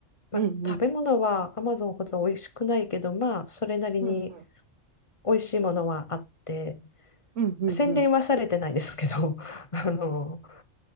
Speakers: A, on the left; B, on the right.
A: まあ、
B: うん、うん、
A: 食べ物はアマゾンほど美味しくないけど、まあ、それなりに
B: うん、
A: 美味しいものはあって、
B: うん、うん、
A: 洗練はされてないですけど、
B: うん、
A: <laughs> あの、